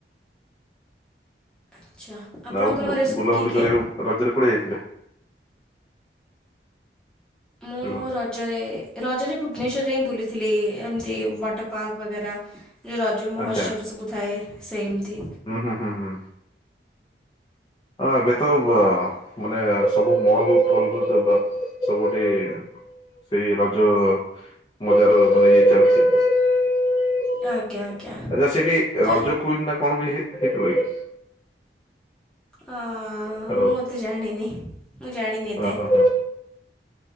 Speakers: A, in the centre; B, on the left (about 25°).
A: ଆଚ୍ଛା ଆପଣଙ୍କର
B: ନା ଆଉ
A: ଘରେ ସବୁ
B: ବୁଲାବୁଲି
A: କିଏ କିଏ
B: କରିବାକୁ ରଜ ରେ କୁଆଡା ଯାଇଥିଲେ?
A: ମୁଁ
B: ହ୍ୟାଲୋ
A: ରଜରେ ରଜରେ ଭୁବନେଶ୍ଵରେ ହିଁ ବୁଲିଥିଲି ଏମିତି ୱାଟର ପାର୍କ ବଗରା। ଯୋଉ ରଜ ମହୋତ୍ସବ
B: ଆଚ୍ଛା
A: ସବୁ ଥାଏ ସେମିତି
B: ହୁଁ ହୁଁ ହୁଁ ହୁଁ। ହଁ ଏବେ ତ ବ ମାନେ ସବୁ ମଲ ଫଲ <unintelligible> ସବୁଠି ସେଇ ରଜ ମଯାର ମାନେ ଇଏ ଚାଲିଚି ଆଚ୍ଛା
A: ଆଜ୍ଞା ଆଜ୍ଞା
B: ସେଠି
A: ତ
B: ରଜ କ୍ଯୁଇନି ନା କଣ ବି ହେଇଥିଲା କି?
A: ହଁ
B: ହ୍ୟାଲୋ
A: ମୁଁ ଏତେ ଜାଣିନି ମୁଁ ଜାଣିନି
B: ହଁ
A: ଏତେ।
B: ହଁ ହଁ